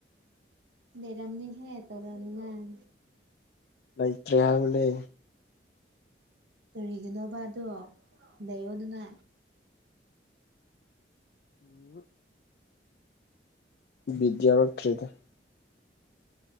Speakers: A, on the right; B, on the left.
A: ꯂꯩꯔꯝꯅꯤꯍꯦ ꯇꯧꯔꯝ ꯅꯤꯉꯥꯏ
B: ꯂꯩꯇ꯭ꯔꯦ ꯍꯥꯏꯕꯅꯦ
A: ꯀꯔꯤꯒꯤꯅꯣꯕ ꯑꯗꯣ ꯂꯩꯛ ꯑꯗꯨꯅ
B: ꯎꯝ ꯕꯤꯗꯌꯥꯎꯔꯛꯇ꯭ꯔꯦꯗ